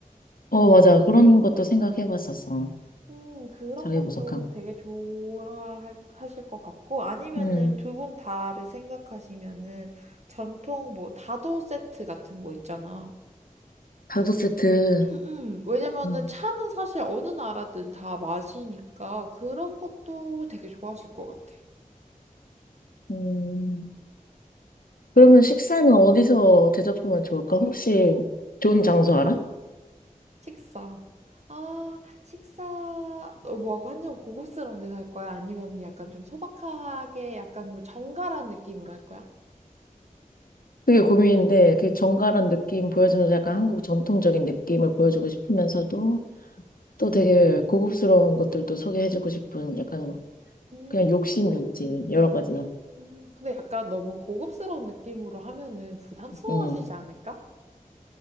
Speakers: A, on the left; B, on the right.
A: 어, 맞아. 그런 것도 생각해 봤었어.
B: 음 그런
A: 자기
B: 것도
A: 보석함.
B: 되게 좋아하실 것 같고 아니면은
A: 응.
B: 두 분 다를 생각하시면은 전통 뭐 다도 세트 같은 거 있잖아.
A: 가족 세트.
B: 음, 음. 왜냐면은
A: 응.
B: 차는 사실 어느 나라든 다 마시니까 그런 것도 되게 좋아하실 것 같아.
A: 음. 그러면 식사는 어디서 대접하면 좋을까? 혹시 좋은 장소 알아?
B: 식사. 아, 식사, 어, 뭐, 완전 고급스러운 데서 할 거야? 아니면 약간 좀 소박하게, 약간 좀 정갈한 느낌으로 할 거야?
A: 그게 고민인데, 그 정갈한 느낌 보여주면서 약간 한국 전통적인 느낌을 보여주고 싶으면서도 또 되게 고급스러운 것들도 소개해주고 싶은 약간
B: 음,
A: 그냥 욕심이 있지, 여러 가지.
B: 음, 근데 약간 너무 고급스러운 느낌으로 하면은 부담스러워
A: 응.
B: 하시지 않을까?